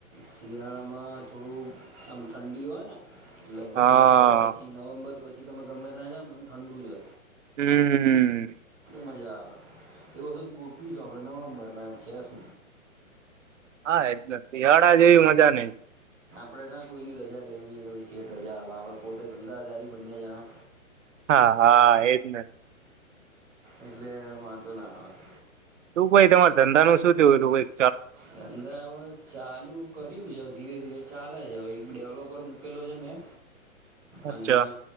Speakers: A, on the right (about 15°); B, on the right (about 65°).
A: શિયાળામાં થોડુંક આમ ઠંડી હોય ને લગભગ
B: હા
A: નવેમ્બર પછી નવેમ્બર પ છી તમે ગમે ત્યાજા ને બધું ઠંડુ જો.
B: હમ.
A: મજા આવે એ ગોઠવી છે નવમબર છે સુ
B: હા એજ ને શિયાળા જેવી મજા નઈ.
A: આપડે ત્યાં કોઈની રજા લેવી છે કે ભ સે રજા આપડે પોતે ધંધાધારી બંને જણા.
B: હા હા એજ ને.
A: એટલે વાંધો ના આવે.
B: તું ભાઈ તમારે ધંધા નું શું થયું એલું ભાઈ.
A: ધંધામાં ચાલુ કર્યું એ ઘીરે ધીરે ચાલે જ ડેવલોપર મૂકેલો છે મેં.
B: અચ્છા
A: અને